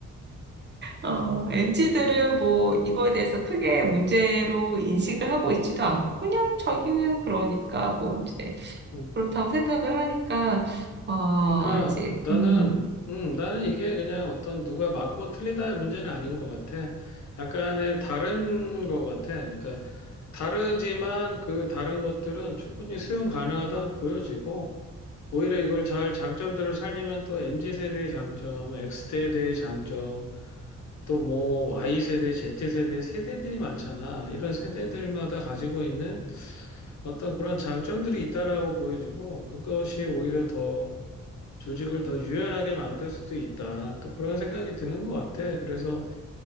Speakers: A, on the right (about 35°); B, on the left (about 70°).
A: 어, MZ들은 뭐 이거에 대해서 크게 문제로 인식을 하고 있지도 않고 그냥 저기는 그러니까 뭐 이제
B: 음.
A: 그렇다고 생각을 하니까 어
B: 그러니까
A: 이제
B: 나는
A: 음,
B: 음 나는 이게 그냥 어떤 누가 맞고 틀리다의 문제는 아닌 것 같아. 약간의 다른 것 같아. 그러니까 다르지만 그 다른 것들은 충분히 수용 가능하다고 보여지고 오히려 이걸 잘 장점들을 살리면 또 MZ 세대의 장점, X 세대의 장점, 또 뭐 Y 세대, Z 세대 세대들이 많잖아. 이런 세대들마다 가지고 있는 어떤 그런 장점들이 있다라고 보여지고 그것이 오히려 더 조직을 더 유연하게 만들 수도 있다. 또 그런 생각이 드는 것 같아. 그래서,